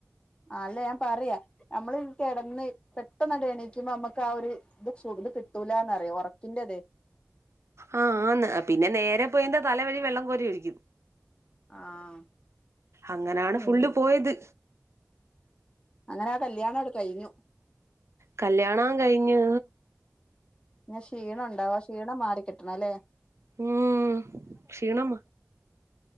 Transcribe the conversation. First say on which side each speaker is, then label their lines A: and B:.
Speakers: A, on the left; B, on the right.
A: ആല്ല ഞാൻ പറയാ നമ്മള് കിടന്ന് പെട്ടെന്ന് എണീക്കുമ്പോ നമ്മക്ക് ആഹ് ഒരു. <unintelligible> ഇത് കിട്ടൂലാന്നറിയ ഒറക്കിൻ്റെതെ
B: ആഹ് ആന്ന് പിന്നെ നേരെ പോയിന്ത തല വഴി വെള്ളം കോരിഒഴിക്കും.
A: ആഹ്
B: അങ്ങനാണ്
A: ഉം
B: ഫുള്ള് പോയത്.
A: അങ്ങനെ ആഹ് കല്യാണാണ്ട് കഴിഞ്ഞു.
B: കല്യാണാ കഴിഞ്.
A: ഞ ക്ഷീണം ഉണ്ടാവും ആഹ് ക്ഷീണം മാറിക്കിട്ടണല്ലേ?
B: ഉം ക്ഷീണം